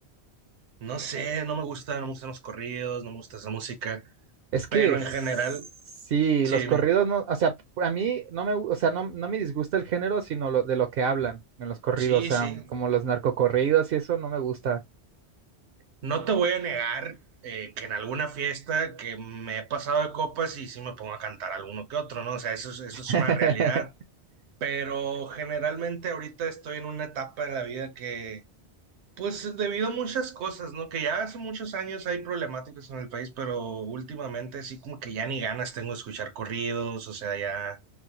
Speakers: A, on the right; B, on the right.
A: no sé, no me gusta, no me gustan los corridos, no me gusta esa música,
B: Es que
A: pero en
B: sí,
A: general, sí,
B: los
A: dime.
B: corridos no, o sea, a mí no me, gu- o sea, no, no me disgusta el género, sino lo, de lo que hablan en los corridos,
A: Sí,
B: o sea,
A: sí.
B: como los narcocorridos y eso no me gusta.
A: No te voy a negar eh, que en alguna fiesta que me he pasado de copas y sí me pongo a cantar alguno que otro, ¿no? O sea, eso es, eso
B: <laughs>
A: es una realidad. Pero generalmente ahorita estoy en una etapa de la vida que, pues debido a muchas cosas, ¿no? Que ya hace muchos años hay problemáticas en el país, pero últimamente sí como que ya ni ganas tengo de escuchar corridos, o sea, ya